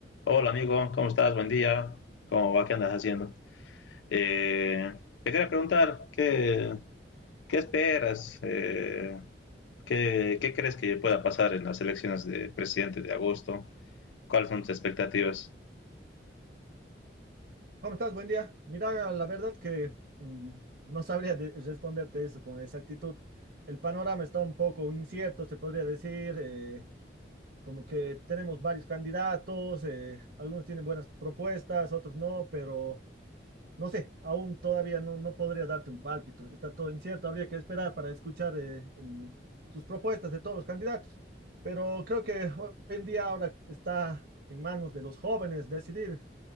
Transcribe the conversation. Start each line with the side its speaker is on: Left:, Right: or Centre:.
Left: Hola amigo, ¿cómo estás? Buen día. ¿Cómo va? ¿Qué andas haciendo? Eh, te quería preguntar, ¿qué, qué esperas? Eh, ¿qué, qué crees que pueda pasar en las elecciones de presidente de agosto? ¿Cuáles son tus expectativas?
Right: ¿Cómo estás? Buen día. Mira, la verdad que mm, no sabría de- responderte eso con exactitud. El panorama está un poco incierto, se podría decir, eh, como que tenemos varios candidatos, eh, algunos tienen buenas propuestas, otros no, pero no sé, aún todavía no, no podría darte un pálpito. Está todo incierto, habría que esperar para escuchar eh, el- sus propuestas de todos los candidatos. Pero creo que hoy en día ahora está en manos de los jóvenes decidir